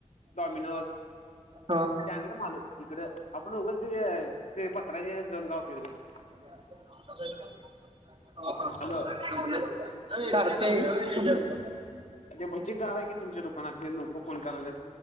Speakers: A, on the left; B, on the right.
A: डॉमिनोज स्टॅंडर्ड
B: ह
A: माल आहे इकड आपण उगच ते ते पत्रांच्या हेचात जाऊन काय उपयोग नाही.
B: हा हा <inaudible>
A: हॅलो
B: <unintelligible> <unintelligible> <unintelligible>
A: अ भजी गारय की तुमच्या दुकानातले लोक फोन कराल्यात.